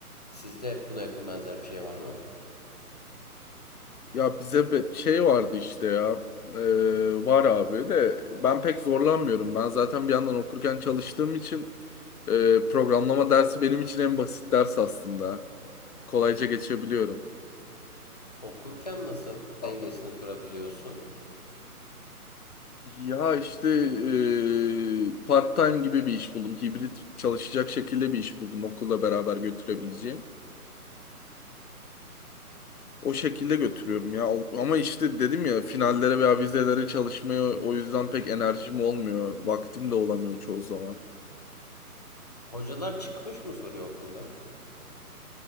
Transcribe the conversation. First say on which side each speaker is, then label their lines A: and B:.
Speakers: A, on the left (about 25°); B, on the left (about 70°).
A: Sizde buna yakın benzer bir şey var mı?
B: Ya bize be- şey vardı işte ya Ee, var abi de ben pek zorlanmıyorum. Ben zaten bir yandan okurken çalıştığım için e, programlama dersi benim için en basit ders aslında. Kolayca geçebiliyorum.
A: Okurken nasıl
B: Aa.
A: dengesini kurabiliyorsun?
B: Ya işte e, part-time gibi bir iş buldum. Hibrit çalışacak şekilde bir iş buldum okulla beraber götürebileceğim. O şekilde götürüyorum ya. O- Ama işte dedim ya finallere veya vizelere çalışmaya o yüzden pek enerjim olmuyor. Vaktim de olamıyor çoğu zaman.
A: Hocalar çıkmış mı soruyor okulda?